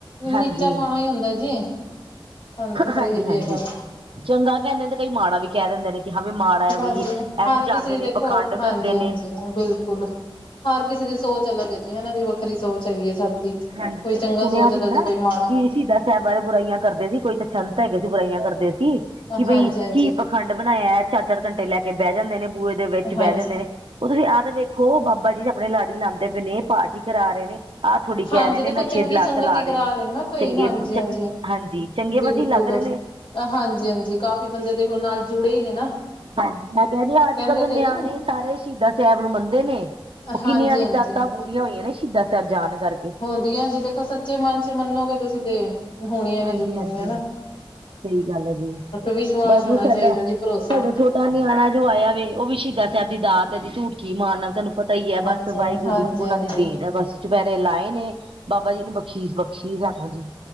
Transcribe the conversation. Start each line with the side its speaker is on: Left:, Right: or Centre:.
Right: ਹਾਂਜੀ
Left: ਨੀਚਾ ਪਾਉਣਾ ਹੀ ਹੁੰਦਾ ਜੀ। ਤੁਹਾਨੂੰ ਪਤਾ
Right: ਹਾਂਜੀ
Left: ਹੀ ਹੈ ਜੇ
Right: ਹਾਂਜੀ
Left: ਇਹ ਗੱਲ।
Right: ਚੰਗਾ ਕਹਿੰਦੇ ਨੇ ਤੇ ਕਈ ਮਾੜਾ ਵੀ ਕਹਿ ਦਿੰਦੇ ਨੇ ਕਿ ਹਾਂ ਵੀ ਮਾੜਾ ਹੈ
Left: ਬਸ
Right: ਬਈ ਇਹ।
Left: ਜੀ ਹਰ ਕਿਸੇ
Right: ਦੇ
Left: ਦੀ
Right: ਨੇ
Left: ਦੇਖੋ
Right: ਪਖੰਡ
Left: ਹਾਂਜੀ
Right: ਕਰਦੇ ਨੇ।
Left: ਹਾਂਜੀ ਬਿਲਕੁਲ ਹਰ ਕਿਸੇ ਦੀ ਸੋਚ ਅਲੱਗ ਹੈ ਜੀ ਹਨਾ ਜੀ ਵੱਖਰੀ ਸੋਚ ਹੈਗੀ ਹੈ ਸਭ ਦੀ।
Right: ਹਾਂਜੀ
Left: ਕੋਈ
Right: ਪਿੱਛੇ
Left: ਚੰਗਾ
Right: ਸੁਣਿਆ
Left: ਸੋਚਦਾ
Right: ਸੀ ਨਾ
Left: ਜੀ ਕੋਈ ਮਾੜਾ।
Right: ਕਿ ਸ਼ਹੀਦਾਂ ਸਾਹਿਬ ਬਾਰੇ ਬੁਰਾਈਆਂ ਕਰਦੇ ਸੀ ਕੋਈ ਤਾਂ ਸੰਤ ਹੈਗੇ ਸੀ ਬੁਰਾਈਆਂ ਕਰਦੇ ਸੀ ਕਿ ਬਈ
Left: ਹਾਂਜੀ ਹਾਂਜੀ
Right: ਕੀ ਪ। ਪਖੰਡ ਬਣਾਇਆ ਹੈ ਚਾਰ-ਚਾਰ ਘੰਟੇ ਲੈ ਕੇ ਬਹਿ ਜਾਂਦੇ ਨੇ ਬੂਹੇ ਦੇ ਵਿੱਚ ਬਹਿ
Left: ਹਾਂਜੀ
Right: ਜਾਂਦੇ ਨੇ। ਉਹ ਤੁਸੀਂ ਆਹ ਤੇ ਵੇਖੋ ਬਾਬਾ ਜੀ ਆਪਣੇ ਲੜ ਹੀ ਲਾਉਂਦੇ ਪਏ ਨੇ ਪਾਠ ਹੀ ਕਰਾ ਰਹੇ ਨੇ ਆਹ ਥੋੜੀ। <unintelligible>
Left: ਹਾਂਜੀ ਦੇਖੋ ਚੰਗੀ ਸੰਗਤ ਹੀ ਕਰਾ ਰਹੇ ਨਾ ਕੋਈ ਹਾਂਜੀ ਹਾਂਜੀ ਬਿਲਕੁਲ ਹਾਂਜੀ, ਹਾਂਜੀ ਕਾਫੀ ਬੰਦੇ ਤੇ ਹੋਰ ਨਾਲ ਜੁੜੇ ਈ ਨੇ ਨਾ
Right: ਹਾਂਜੀ ਮੈਂ ਕੇਹਰੀ ਆ ਅੱਜ
Left: ਕਹਿੰਦੇ
Right: ਕੱਲ੍ਹ ਦੇ
Left: ਤੇ
Right: ਨਿਆਣੇ
Left: ਹੈਗੇ ਨੇ
Right: ਸਾਰੇ ਸ਼ਹੀਦਾਂ ਸਾਹਿਬ ਨੂੰ ਮੰਨਦੇ ਨੇ ਉਹ
Left: ਹਾਂਜੀ
Right: ਕਿੰਨੀਆਂ ਦੀ
Left: ਹਾਂਜੀ
Right: ਦਾਤਾਂ ਪੂਰੀਆਂ ਹੋਈਆਂ ਨੇ ਸ਼ਹੀਦਾਂ ਸੇਬ ਜਾਨ ਕਰਕੇ
Left: ਹੁੰਦੀਆਂ ਜੀ ਦੇਖੋ ਸੱਚੇ ਮਨ ਚ ਮੰਨੋਗੇ ਤੁਸੀਂ ਤੇ ਹੋਣੀਆਂ ਨੇ
Right: ਹਾਂਜੀ
Left: ਜੀ ਪੂਰੀਆਂ
Right: ਹਾਂਜੀ
Left: ਨਾ
Right: ਸਹੀ ਗੱਲ ਹੈਗੀ ਏ ਜੀ
Left: ਵਿਸ਼ਵਾਸ
Right: ਬਾ
Left: ਹੋਣਾ
Right: ਜੀ ਸਾਡਾ
Left: ਚਾਹੀਦਾ ਜੀ ਭਰੋਸਾ
Right: ਸਾਡਾ ਛੋਟਾ ਤਾਂ ਨਿਆਣਾ ਜੋ ਆਇਆ ਵੇ ਉਹ ਵੀ ਸ਼ਹੀਦਾ ਸੇਬ ਦੀ ਦਾਤਦੀ ਝੂਠਕੀ ਮਾਂ ਨਾਲ ਤੈਨੂੰ ਪਤਾ ਈ ਏ ਬਸ,
Left: ਅੱਛਾ
Right: ਵਾਹਿਗੁਰੂ
Left: ਜੀ ਹਾਂਜੀ
Right: ਦੀ ਉਹਨਾਂ
Left: ਹਾਂਜੀ
Right: ਦੀ ਦੇਣ ਐ ਬਸ ਚੁਪੈਰੇ ਲਾਏ ਨੇ ਬਾਬਾ ਜੀ ਨੇ ਬਖ਼ੀਸ ਬਖਸ਼ੀ ਹੈ ਸਾਨੂੰ ਜੀ।